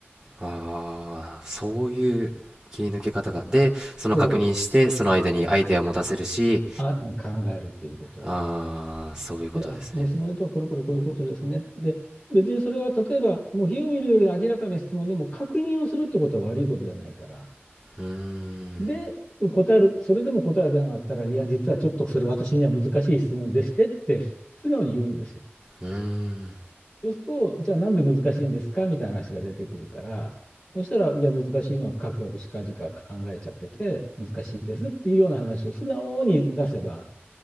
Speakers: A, on the right; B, on the left.
A: ああ、そういう切り抜け方が。で、その確認して、
B: そう、
A: その間にアイデアも出せるし、
B: あ、うん考えるっていうことを。
A: ああ、そういうことですね。
B: で、あ、ご質問にとはこれこれこういうことですね。で、別にそれは例えば、もう火を見るより明らかな質問でも確認をするってことは悪いことじゃないから。
A: うーん、
B: で、答える、それでも答えが出なかったら、いや、実はちょっとそれ私には難しい質問でしてって、素直に言うんですよ。
A: うーん。
B: そうすると、じゃあなんで難しいんですかみたいな話が出てくるから、そしたら、いや、難しいのはカクカクしかじか考えちゃってて、難しいですっていうような話を素直に出せば、